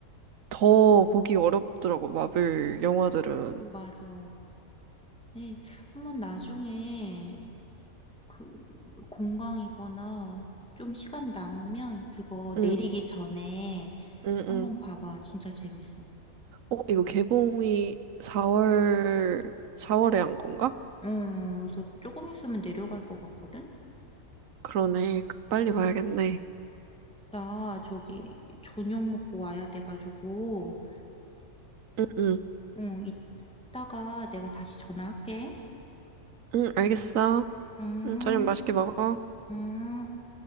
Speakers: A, on the right; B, in the centre.
A: 더 보기 어렵더라고, 마블 영화들은.
B: 맞아. 네, 한번 나중에 그 공강이거나 좀 시간 남으면 그거
A: 응,
B: 내리기 전에
A: 응,
B: 한번
A: 응.
B: 봐봐. 진짜 재밌어. 어,
A: 어, 이거 개봉이 4월, 4월에 한 건가?
B: 그래서 조금 있으면 내려갈 것 같거든?
A: 그러네. 빨리 봐야겠네.
B: 나 저기 저녁 먹고 와야 돼가지고,
A: 응, 응,
B: 응, 이따가 내가 다시 전화할게.
A: 응, 알겠어.
B: 음,
A: 응, 저녁 맛있게 먹어.
B: 음.